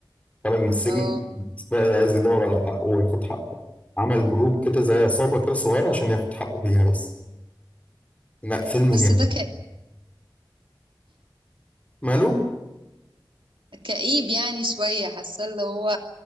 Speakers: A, on the left (about 15°); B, on the right (about 80°).
A: خرج من السجن
B: اه
A: بقى عايز يدور على حقه وياخد حقه عمل جروب كده زي عصابة كده صغيرة عشان ياخد حقه بيها بس لا فيلم
B: بس
A: جامد
B: ده ك...
A: ماله؟
B: كئيب يعني شوية حاسة اللي هو